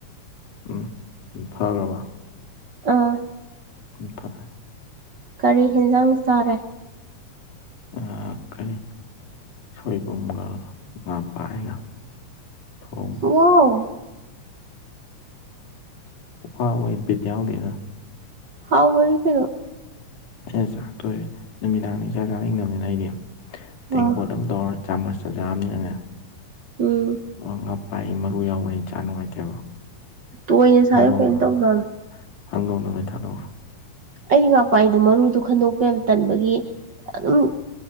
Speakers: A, on the left; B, on the right.
A: ꯎꯝ ꯐꯒ꯭ꯔꯥꯕꯣ
B: ꯑꯥ
A: ꯇꯨꯝꯊꯈꯔ꯭ꯦ
B: ꯀꯔꯤ ꯍꯦꯟꯖꯥꯡ ꯆꯥꯔꯦ
A: ꯑꯥ ꯀꯔꯤ ꯁꯣꯏꯕꯨꯝꯒ ꯉꯥ ꯄꯥꯏꯒ ꯊꯣꯡꯕ
B: ꯋꯥꯎ
A: ꯋꯥ ꯋꯥꯏꯎ ꯕꯤꯠ ꯌꯥꯎꯗꯦꯗ
B: ꯍꯥꯎꯕꯅꯤ ꯀꯩꯅꯣ
A: ꯑꯩꯅ ꯆꯥꯛꯇꯣꯛ ꯑꯦ ꯅꯨꯃꯤꯗꯥꯡꯅꯤ ꯆꯥꯛ ꯆꯥꯅꯤꯡꯗꯕꯅꯤꯅ ꯑꯩꯗꯤ ꯇꯦꯡꯀꯣꯠ
B: ꯑꯥ
A: ꯑꯃ ꯇꯧꯔ ꯆꯥꯃꯁ ꯇ ꯆꯥꯕꯅꯤꯅꯅꯦ
B: ꯎꯝ
A: ꯑ ꯉꯥ ꯄꯥꯛꯏ ꯃꯔꯨ ꯌꯥꯎꯕꯅꯤ ꯆꯥ ꯅꯨꯡꯉꯥꯏꯇꯦꯕ
B: ꯇꯨꯅꯣꯏ ꯁꯥꯏꯌꯣ
A: ꯍꯥꯡꯗꯣꯛꯅꯔꯣ
B: ꯀꯩꯝ ꯇꯧꯗꯕꯅꯤ
A: <unintelligible>
B: ꯑꯩꯗꯤ ꯉꯥꯄꯥꯏꯗꯣ ꯃꯔꯨꯗꯣ ꯈꯟꯗꯣꯛꯄ ꯌꯥꯝ ꯇꯟꯕꯒꯤ ꯑꯗꯨꯝ